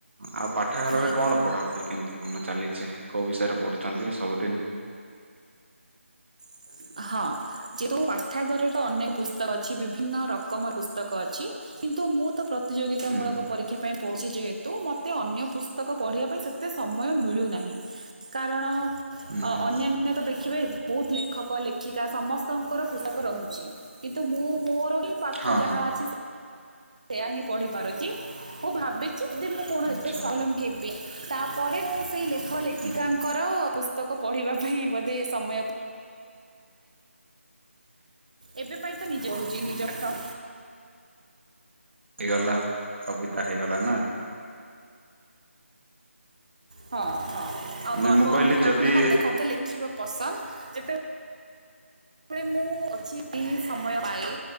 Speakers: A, on the right (about 60°); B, on the right (about 30°).
A: ଆଉ ପାଠାଗାରରେ
B: ନିହାତି।
A: କଣ ପଢାପଢି କେମିତି କଣ ଚାଲିଛି କୋଉ ବିଷୟରେ ପଢୁଛନ୍ତି ସବୁଦିନ?
B: <unintelligible> ହଁ, ଯେଉଁ ପାଠାଗରର ଅନେକ ପୁସ୍ତକ ଅଛି, ବିଭିନ୍ନ ରକମର ପୁସ୍ତକ ଅଛି। କିନ୍ତୁ ମୁଁ ତ ପ୍ରତିଯୋଗିତା
A: ହୁଁ
B: ମୂଳକ
A: ହୁଁ
B: ପରୀକ୍ଷା ପଢୁଛି ଯେହେତୁ, ମତେ ଅନ୍ୟ ପୁସ୍ତକ ପଢିବା ପାଇଁ ସେତେ ସମୟ ମିଳୁନାହିଁ। କାରଣ
A: ହୁଁ ହୁଁ
B: ଅନ୍ୟାନ୍ୟ ତ ଦେଖିବେ, ବହୁତ ଲେଖ ଲେଖକ, ଲେଖିକା, ସମସ୍ତଙ୍କର ପୁସ୍ତକ ରହିଛି କିନ୍ତୁ ମୁଁ ମୋର ହିଁ ପାଠ
A: ହଁ
B: ଯାହା ଅଛି ସେୟା ହିଁ ପଢି ପାରୁଚି, ମୁଁ ଭାବିଚି ମୁଁ କଣ
A: ଆଚ୍ଛା
B: ଏ ସଲମ୍ବୀ ହେବି ତାପରେ ମୁଁ ସେଇ ଲେଖ ଲେଖିକାଙ୍କର
A: ହୁଁ ହୁଁ
B: ପୁସ୍ତକ ପଢିବା ପାଇଁ ବୋଧେ ସମୟ ଏବେ ପାଇଁ ତ, ନିଜେ ପଢ଼ୁଚି ନିଜ ପାଠ।
A: ହେଇଗଲା, କବିତା ହେଇଗଲା ନା?
B: ହଁ ହଁ, ଆଉ
A: ନାଇଁ
B: ଗପ
A: ମୁଁ କହିଲି
B: ଗପିଲା,
A: ଯଦି
B: ମାନେ ମତେ କବିତା ଲେଖ ଲେଖିବା ପସନ୍ଦ। ଯେତେବେଳେ ମୁଁ ଅଛି ବି ସମୟ ପାଏ,